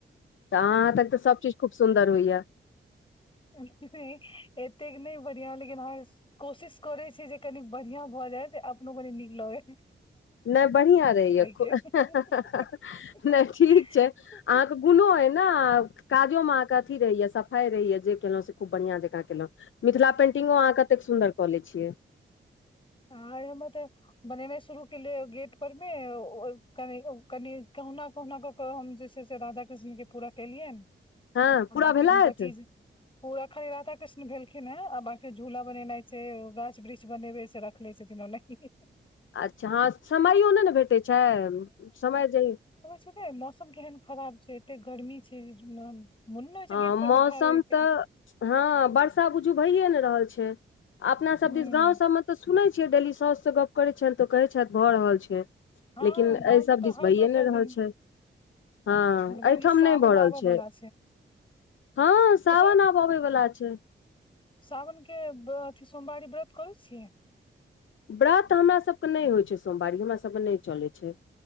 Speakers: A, on the left (about 70°); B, on the left (about 25°).
A: त अहाँ हाथक त सब चीज खूब सुन्दर होइया।
B: एतेक नहि बढ़ियां लेकिन हर्ष। कोशिश करै छी जे कनीक बढ़िआँ भ जाइ जे अपनो कनी नीक लगै।
A: नै बढ़ियां रहैया खू
B: के
A: हं हं हं हं नै ठीक छै। अहाँके गुनो ऐ ने काजो मे अहाँके अथी रहैए सफाई रहैया। जे केलहुँ से खूब बढ़िआँ जकाँ केलौं मिथिला पेन्टिंगों अहाँ कतेक सुन्दर क लै छियै।
B: आरे मतल। बनेनाइ शुरू केलिअइ गेट परमे ओ कने कनि कहुना कहुना क। क हम जे छै से राधा कृष्ण के पूरा केलिअनि
A: हँ
B: आ
A: पूरा
B: बांकी
A: भेलथि
B: हुनकर चीज। पूरा खाली राधा कृष्ण भेलखिन हें आ बांकी झूला बनेनाइ छै ओ गाछ वृक्ष बनेेबै सबटा। रखले छथिन ओनाहीं।
A: अच्छा हँ समयो नै ने भेटै छै समय जे ई।
B: एह मौसम केहन खराब छै एते गर्मी छै मने नै होइ
A: हँ
B: छै गेट परमे
A: मौसम
B: ठाढ़ होइ के।
A: तऽ हँ वर्षा बुझू भैए नै रहल छै अपना सभ
B: ह
A: दिस गाँव सभमे। त सुनै छियै डेली साउस सँ गप करै छियनि त ओ कहै छथि भ रहल छै।
B: हँ
A: लेकिन
B: गाँव
A: अहि
B: में
A: सभ
B: तऽ
A: दिस
B: हर
A: भैए
B: दोसर
A: नै
B: दिन
A: रहल छै। हँ
B: जानकी
A: अइठाम
B: सावन
A: नई भ रहल
B: आबऽ
A: छै।
B: वाला
A: हँ साावन
B: तऽ
A: आब अबै वला छै।
B: साावनक के व्र अथी सोमवारी व्रत करै छियै।
A: व्रत हमरा सबके नै होइ छै सोमवारी हमरा सबके नै चलै छै